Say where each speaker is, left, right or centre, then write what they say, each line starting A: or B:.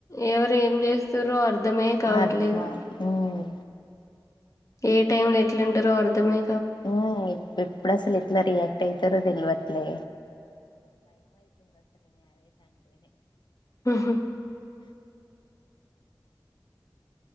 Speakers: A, on the left; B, on the left.
A: ఎవరు ఏం చేస్తారో అర్ధమే కావట్లేదు
B: అర్థమా ఉమ్
A: ఏ టైమ్ లో ఎట్లుంటారో అర్థమే
B: ఊ ఎప్పుడసలు ఏట్లా రియాక్ట్ అయితారో తెలివట్లే
A: ఆహా